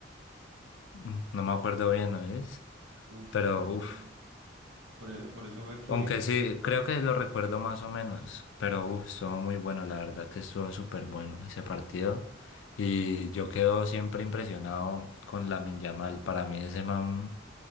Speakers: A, on the left; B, on the right.
A: mm, no me acuerdo bien, ¿no es?
B: Uf,
A: Pero,
B: eso
A: uff.
B: fue- por eso, por eso fue que...
A: Aunque sí, creo que lo recuerdo más o menos, pero uf, estuvo muy bueno, la verdad que estuvo súper bueno ese partido. Y yo quedo siempre impresionado con Lamine Yamal. Para mí ese man,